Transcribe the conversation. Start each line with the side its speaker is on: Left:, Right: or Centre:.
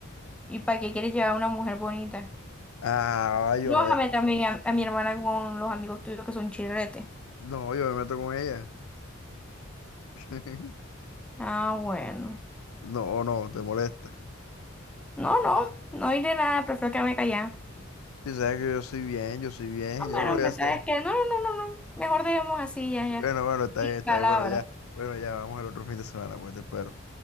Centre: ¿Y para qué quieres llevar a una mujer bonita?
Left: Ah, yo
Centre: Lójame
Left: no, voy a-
Centre: también a, a mi hermana con los amigos tuyos que son chirretes.
Left: no, yo me meto con ella. <laughs>
Centre: Ah, bueno.
Left: No, no, te molesta.
Centre: No, no, no iré nada, prefiero quedarme callada.
Left: Si sabes que yo soy bien, yo soy bien,
Centre: No,
Left: yo
Centre: bueno,
Left: no lo
Centre: empezar
Left: voy a hacer.
Centre: es que no, no, no, no, no. Mejor dejemos así, ya, ya.
Left: Bueno, bueno, está
Centre: Sin
Left: bien, está
Centre: palabras.
Left: bien. Bueno, ya. Bueno, ya, vamos al otro fin de semana, pues te espero.